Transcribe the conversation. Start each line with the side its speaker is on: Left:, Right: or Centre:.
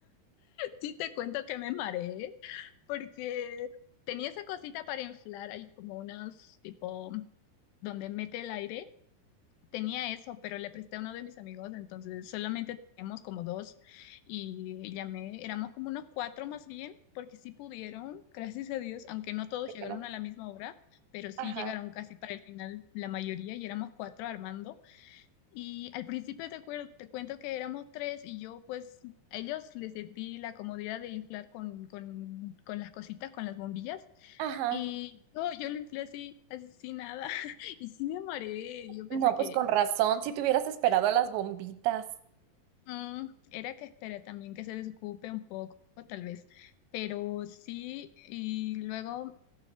Left: Sí, te cuento que me mareé porque tenía esa cosita para inflar, hay como unos tipo donde mete el aire. Tenía eso, pero le presté a uno de mis amigos, entonces solamente teníamos como dos y llamé, éramos como unos cuatro más bien, porque sí pudieron, gracias a Dios, aunque no todos
Right: Pero
Left: llegaron
Right: no.
Left: a la misma hora, pero sí
Right: Ajá.
Left: llegaron casi para el final la mayoría y éramos cuatro armando. Y al principio te, cuer- te cuento que éramos tres y yo pues a ellos les di la comodidad de inflar con, con, con las cositas, con las bombillas.
Right: Ajá.
Left: Y yo, yo lo inflé así, así sin nada. <laughs> Y sí me mareé. Yo pensé
Right: No,
Left: que
Right: pues con razón, si te hubieras esperado a las bombitas,
Left: mm, era que esperé también que se desocupe un poco, tal vez. Pero sí, y luego